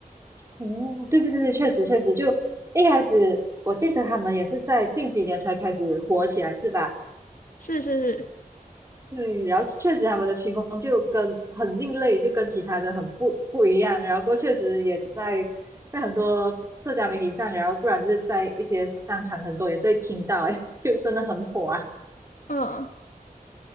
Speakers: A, on the right; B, on the left.
A: 哦，对对对对，确实确实，就一开始我记得他们也是在近几年才开始火起来是吧？
B: 是是是，
A: 对，然后确实他们的曲风就跟很另类，就跟其他的很不不一样。然后过后确实也在在很多社交媒体上，然后不然就是在一些商场很多也是会听到，哎，<laughs> 就真的很火啊。
B: 嗯，